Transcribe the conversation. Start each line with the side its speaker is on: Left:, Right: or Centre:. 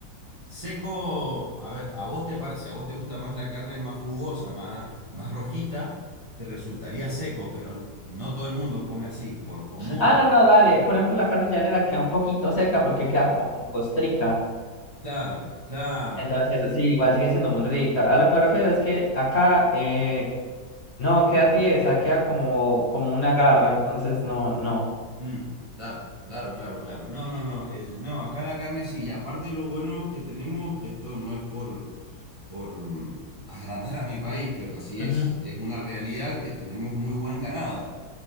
Right: Seco, a ver, a vos te parece, a vos te gusta más la carne más jugosa, más, más rojita, te resultaría seco, pero no todo el mundo come así, por común.
Left: Ah, no, no, dale, por ejemplo, la carne llanera queda un poquito seca porque queda como con costrica.
Right: Claro, claro,
Left: Entonces, eso sí, igual sigue siendo muy rica. A lo que me refiero es que acá, eh, no, queda tiesa, queda como, como una garra, entonces no, no.
Right: mm, claro, claro, claro, claro. No, no, no, el, no, acá la carne sí, y aparte lo bueno que tenemos, esto no es por, por mm, agrandar a mi país, pero sí
Left: Ujú.
Right: es, es una realidad que tenemos muy buen ganado.